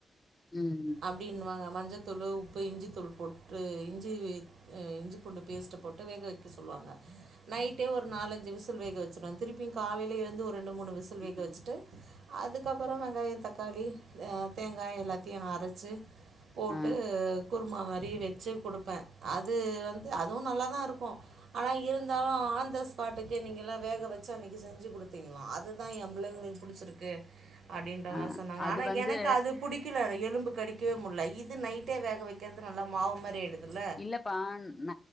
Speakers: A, on the left; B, on the right.
A: ம்
B: அப்டினுவாங்க மஞ்சத்தூளு உப்பு இஞ்சித்தூள் போட்டு இஞ்சி இஞ்சி பூண்டு பேஸ்ட் போட்டு வேக வக்க சொல்லுவாங்க நையிட்டே ஒரு நாலஞ்சு விசில் வேக வச்சுருவ திருப்பி காலைல எழுந்து ஒரு ரெண்டு மூனு விசில் வேக
A: ம்
B: வச்சுட்டு அதுக்கப்பறோ வெங்காயோ தக்காளி அ தேங்கா எல்லாத்தையு அரச்சு போட்டு
A: அ
B: குர்மா மாரி வெச்சு குடுப்பே அது வந்து அதுவு நல்லா தாருக்கு ஆனா இருந்தாலு ஆன் த ஸ்பாட்டுக்கு நீங்கல்லா வேக வச்சு அன்னைக்கு செஞ்சு கொடுத்தீங்களா அதுதா எ பிள்ளங்களுக்கு பிடிச்சிருக்கு அப்டின்ற
A: அ
B: மாரி சொன்னாங்க
A: அது
B: ஆனா
A: வந்து
B: எனக்கு அது புடிக்கல எலும் கடிக்கவே முடில இது நைட்டே வேக வக்கிறது நல்லா மாவு மாரி ஆயிடுதுல
A: இல்லப்பா ந